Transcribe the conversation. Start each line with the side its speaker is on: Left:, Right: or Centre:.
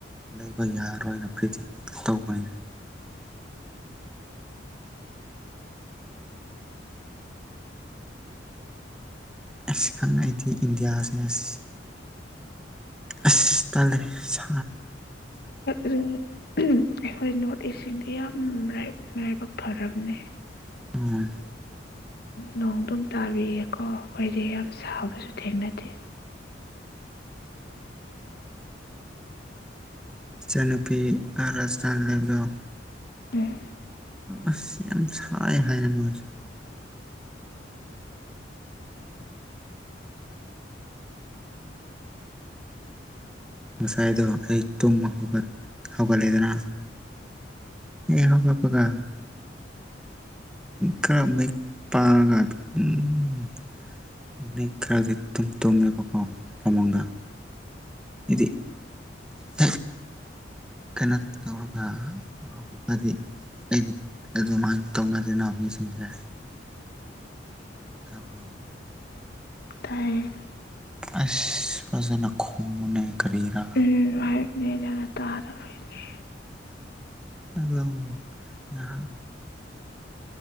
Centre: ꯂꯩꯕ ꯌꯥꯔꯣꯏꯅ ꯄ꯭ꯔꯤꯗꯤꯛ ꯇꯧꯕꯅꯤꯅ ꯑꯁ ꯈꯪ ꯑꯩꯗꯤ ꯏꯟꯗꯤꯌꯥꯁꯤꯅ ꯑꯁ ꯑꯁ ꯇꯜꯂꯦ ꯁꯥ
Left: ꯎꯝ ꯑꯩꯈꯣꯏ ꯅꯣꯔꯠ ꯏꯁꯁꯤꯡꯗꯤ ꯌꯥꯝ ꯂꯥꯏꯕꯛ ꯐꯔꯕꯅꯦ
Centre: ꯎꯝ
Left: ꯅꯣꯡ ꯑꯗꯨꯝ ꯇꯥꯕꯤꯌꯦꯀꯣ ꯑꯩꯈꯣꯏꯗꯤ ꯌꯥꯝ ꯁꯥꯕꯁꯨ ꯊꯦꯡꯅꯩ ꯗꯦ
Centre: ꯏꯆꯟꯅꯨꯄꯤ ꯔꯥꯖꯊꯥꯟ ꯂꯩꯕꯗ‌ꯣ
Left: ꯎꯝ
Centre: ꯑꯁ ꯑꯁ ꯌꯥꯝ ꯁꯥꯏ ꯍꯥꯏꯅ ꯃꯣꯏꯁꯨ ꯉꯁꯥꯏꯗꯣ ꯑꯩ ꯇꯨꯝꯕ ꯍꯧ ꯍꯧꯒꯠꯂꯦꯗꯅ ꯑꯦ ꯍꯧꯒꯠꯄꯀꯥ ꯈꯔ ꯃꯌꯦꯛ ꯄꯥꯡꯉꯒ ꯑꯗꯨꯝ ꯃꯤꯠ ꯈꯔꯗꯤ ꯇꯨꯝ ꯇꯨꯝꯃꯦꯕꯀꯣ ꯐꯃꯪꯗ ꯏꯗꯤ ꯍ ꯀꯩꯅꯣ ꯇꯧꯔꯒ ꯍꯧꯒꯠꯄꯗꯤ ꯑꯩꯗꯤ ꯑꯗꯨꯃꯥꯏꯅ ꯇꯧꯅꯗꯅ ꯃꯤꯁꯤꯡꯁꯦ
Left: ꯎꯝ
Centre: ꯇꯥꯕ꯭ꯔꯣ
Left: ꯇꯥꯏꯌꯦ
Centre: ꯑꯁ ꯐꯖꯅ ꯈꯨꯝꯃꯨꯅꯦ ꯀꯔꯤꯔꯥ
Left: ꯎꯝ <unintelligible> ꯇꯥꯗꯕꯩꯅꯦ
Centre: ꯑꯗꯣ ꯉꯍꯥꯛ